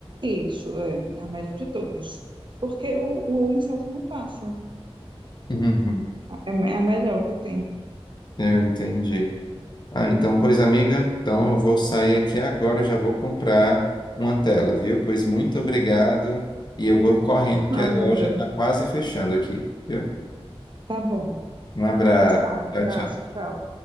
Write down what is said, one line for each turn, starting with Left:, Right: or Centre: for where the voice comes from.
Right: Isso, é, é a melhor de todas. Porque o, o inseto não passa.
Left: Uhum,
Right: É é a melhor que tem.
Left: eu entendi. Ah, então, pois, amiga, então eu vou sair aqui agora, eu já vou comprar uma tela, viu? Pois muito obrigado e eu vou correndo que
Right: Nada.
Left: a loja está quase fechando aqui, viu?
Right: Tá bom.
Left: Um abraço.
Right: Pois tá, um abraço,
Left: Tchau, tchau.
Right: tchau.